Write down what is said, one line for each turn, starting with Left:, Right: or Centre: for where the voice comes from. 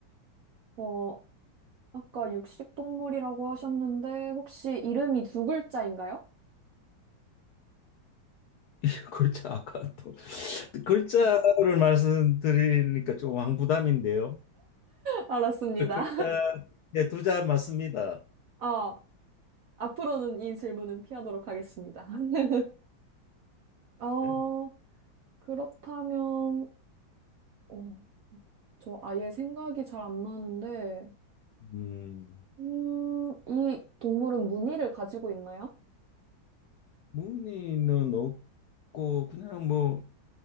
Right: 어, 아까 육식동물이라고 하셨는데 혹시 이름이 두 글자인가요?
Left: <laughs> 글자 아까 또 글자를 말씀드리니까 좀 왕부담인데요.
Right: <laughs> 알았습니다.
Left: 글자 예, 두자 맞습니다.
Right: 어, 앞으로는 이 질문은 피하도록 하겠습니다. <laughs> 어,
Left: 예.
Right: 그렇다면, 어, 저 아예 생각이 잘 안 나는데,
Left: 음,
Right: 음, 이 동물은 무늬를 가지고 있나요?
Left: 무늬는 없고 그냥 뭐